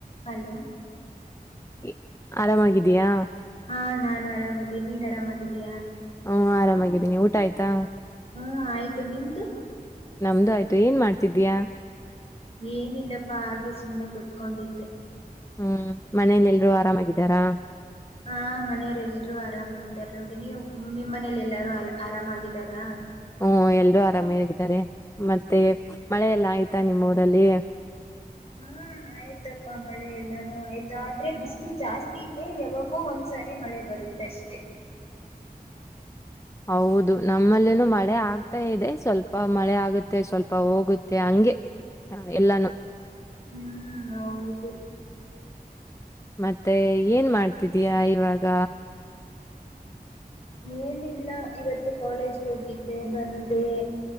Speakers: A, on the left (about 40°); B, on the left (about 20°).
A: ಹಲೋ
B: ಇ ಆರಾಮಾಗಿದಯಾ?
A: ಹಾಂ ನಾನ್ ಆರಾಮಿದ್ದೀನ್ ನೀನ್ ಆರಾಮಾಗಿದ್ಯಾ?
B: ಹಾಂ ಆರಾಮಾಗಿದ್ದೀನಿ ಊಟ ಆಯ್ತಾ?
A: ಹ್ಮ್ ಆಯ್ತು ನಿಮ್ದು?
B: ನಮ್ದು ಆಯ್ತು ಏನ್ ಮಾಡ್ತಿದ್ಯಾ
A: ಏನಿಲ್ಲಪ್ಪಾ ಹಾಗೆ ಸುಮ್ನೆ ಕುತ್ಕೊಂಡಿದ್ದೆ.
B: ಹ್ಮ್ ಮನೇಲಿ ಎಲ್ರು ಆರಾಮಾಗಿದ್ದಾರಾ?
A: ಹಾಂ ಮನೆಯವರೆಲ್ರು ಆರಾಮಾಗಿದ್ದಾರೆ ನೋಡಿ. ನೀವು ನಿಮ್ ಮನೆ ಲೆಲ್ಲಾರು ಅ ಆರಾಮಾಗಿದ್ದಾರಾ?
B: ಹ್ಮ್ ಎಲ್ರೂ ಆರಾಮಿಯಾಗಿದ್ದಾರೆ ಮತ್ತೆ ಮಳೆ ಎಲ್ಲ ಆಯ್ತಾ ನಿಮ್ಮೂರಲ್ಲಿ?
A: ಹಾ ಆಯ್ತಪ್ಪ ಮಳೆ ಎಲ್ಲಾನು ಆಯ್ತು, ಆದ್ರೆ ಬಿಸಲು ಜಾಸ್ತಿ ಇದೆ ಯಾವಾಗೋ ಒಂದ್ಸಾರಿ ಮಳೆ ಬರುತ್ತೆ ಅಷ್ಟೇ.
B: ಹೌದು ನಮ್ಮಲ್ಲೆನೋ ಮಳೆ ಆಗ್ ಮತ್ತ ಇದೆ ಸ್ವಲ್ಪ ಮಳೆ ಆಗುತ್ತೆ ಸ್ವಲ್ಪ ಹೋಗುತ್ತೆ ಹಂಗೆ ಎಲ್ಲಾನು.
A: ಹ್ಮ್ ಹೌದು.
B: ಮತ್ತೆ ಏನ್ ಮಾಡ್ತಿದ್ಯಾ ಇವಾಗ?
A: ಏನಿಲ್ಲ ಇವತ್ತು ಕಾಲೇಜ್ಗ್ ಹೋಗಿದ್ದೆ ಬಂದೆ